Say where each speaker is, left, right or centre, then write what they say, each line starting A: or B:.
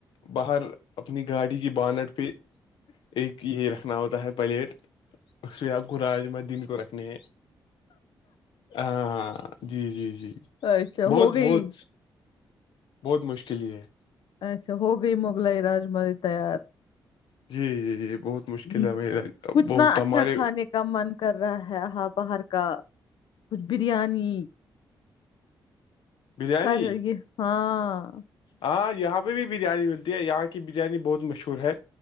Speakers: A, on the left; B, on the left.
A: باہر اپنی گاڑی کی بانٹ پہ ایک یہیر پکھناؤ تاہ ہے پلیٹ اش کو راجمدین کو نے ہاں ہاں جی جی جی
B: اچھا
A: بہت
B: ہو گئی
A: بہت بہت مشکل ہی ہے
B: اچھا ہو گئی مغلائی راج ملی تیار
A: جی جی جی بہت مشکل
B: ہ
A: ہے ہمیں
B: کھ
A: بہت
B: نہ اچھا
A: ہمارے
B: کھانے کا من کر رہا ہے ہاں باہر کا خچ بریانی
A: بریانی
B: پر یہ ہاں ہاں
A: ہاں یہاں پہ بھی بریانی ملتی یہاں کی بریانی بہت مشہور ہے